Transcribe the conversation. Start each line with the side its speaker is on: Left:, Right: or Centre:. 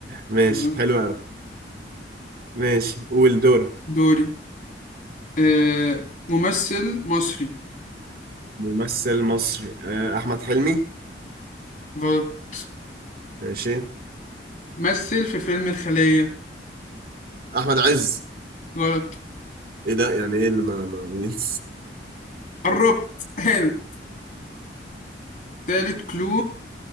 Right: ماشي
Left: تمام.
Right: حلو قوي ماشي قول دورك
Left: دوري آه ممثل مصري
Right: ممثل مصري آه احمد حلمي
Left: غلط
Right: ماشي
Left: مثل في فيلم الخلية
Right: احمد عز
Left: غلط
Right: ايه ده يعني ايه اللي ما, ما بي-
Left: قربت هانت تالت كلو